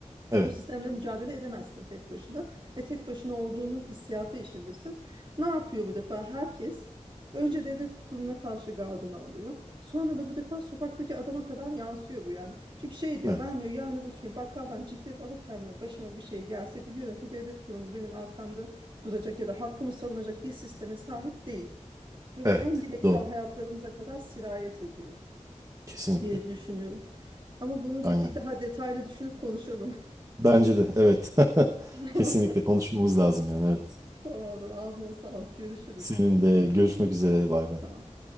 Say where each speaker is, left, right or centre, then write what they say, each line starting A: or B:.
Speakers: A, on the right; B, on the right.
A: Evet.
B: O sistemle mücadele edemezsin tek başına ve tek başına olduğunun hissiyatı içindesin. Ne yapıyor bu defa? Herkes önce devlet kurumuna karşı gardını alıyor. Sonra da bu defa sokaktaki adama kadar yansıyor bu yani. Çünkü şey diyor
A: Evet.
B: ben diyor yarın öbür gün bakkaldan ciklet alırken bile başıma bir şey gelse biliyorum ki devlet kurumu benim arkamda duracak ya da hakkımı savunacak bir sisteme sahip değil. Ve
A: Evet.
B: bu en bireysel
A: Doğru.
B: hayatlarımıza kadar sirayet ediyor
A: Kesinlikle.
B: diye düşünüyorum. Ama bunu
A: Aynen.
B: bir, bir daha detaylı düşünüp konuşalım.
A: Bence de evet. <laughs>
B: <laughs>
A: Kesinlikle konuşmamız lazım yani evet.
B: Tamamdır. Ağzına sağlık. Görüşürüz.
A: Senin de görüşmek üzere bay bay.
B: Tamam.